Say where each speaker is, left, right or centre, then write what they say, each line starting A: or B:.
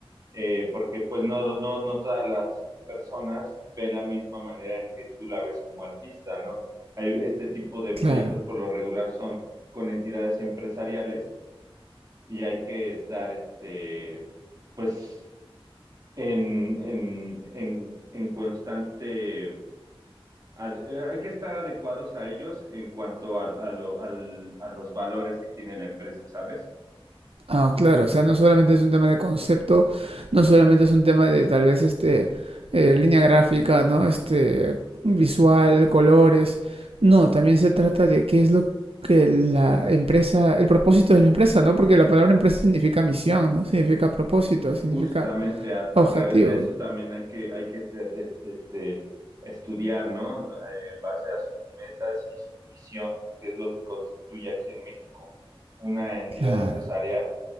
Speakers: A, on the right (about 40°); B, on the right (about 75°).
A: eh, porque pues no, no, no todas las personas ven la misma manera en que tú la ves como artista, ¿no? Hay este tipo de proyectos
B: claro.
A: por lo regular son con entidades empresariales y hay que estar, este, pues, en, en, en, en constante, ad- eh, hay que estar adecuados a ellos en cuanto al- a, lo- al- a los valores que tiene la empresa, ¿sabes?
B: Ah, claro, o sea, no solamente es un tema de concepto, no solamente es un tema de tal vez este eh, línea gráfica, ¿no? Este visual, colores. No, también se trata de qué es lo que la empresa, el propósito de la empresa, ¿no? Porque la palabra empresa significa misión, ¿no? Significa propósito, significa
A: Justamente a, a
B: objetivo.
A: través de eso también hay que, hay que este, es- este, estudiar, ¿no? Eh, En base a sus metas y su visión, que es lo que constituye aquí en México una entidad
B: Claro,
A: empresarial.